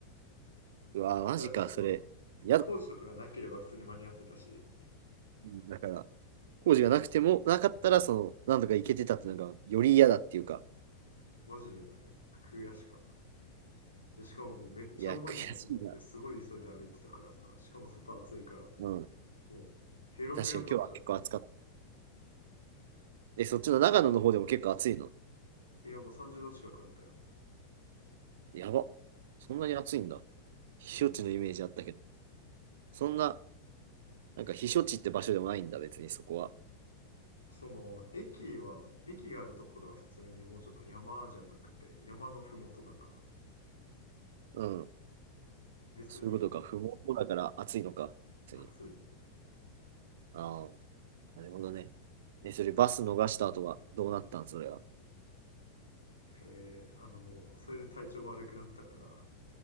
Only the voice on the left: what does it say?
あだからその
工事とかがなければ普通に間に合ってたし、
マジでね、悔しかった。で、しかももうめっちゃ重い荷物持ってすごい急いで歩いてたからさ、
しかも外暑いから
もうヘロヘロになっちゃって。
ういやもう30度近くあったよ。
うん。
その駅は、駅があるところは普通にもうちょっと山じゃなくて山のふもとだから、
別に
暑い。
えー、あのもうそれで体調悪くなったから、